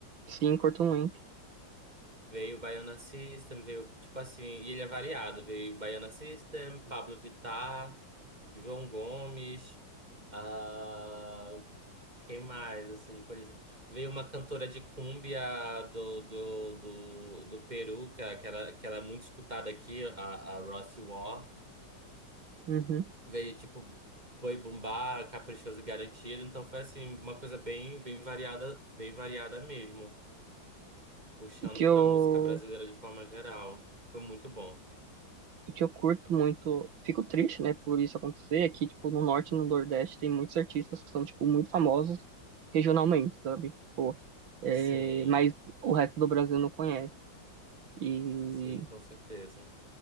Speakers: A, on the right; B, on the right.
A: Sim, curto muito.
B: Veio o Baiana System, veio, tipo assim, e ele é variado, veio Baiana System, Pablo Vittar, João Gomes, ah, quem mais, assim, de conhecido? Veio uma cantora de cumbia do, do, do, do Peru, que era, que era que era muito escutada aqui, a, a Rossi War.
A: Uhum.
B: Veio tipo Boi Bumbá, Caprichoso e Garantido, então foi assim uma coisa bem bem variada, bem variada mesmo, puxando
A: E que eu.
B: para música brasileira de forma geral. Foi muito bom.
A: E que eu curto muito. Fico triste, né, por isso acontecer. É que, tipo, no norte e no nordeste tem muitos artistas que são, tipo, muito famosos regionalmente, sabe? Tipo, é,
B: Sim,
A: mas o resto do Brasil não conhece. E,
B: sim, com certeza.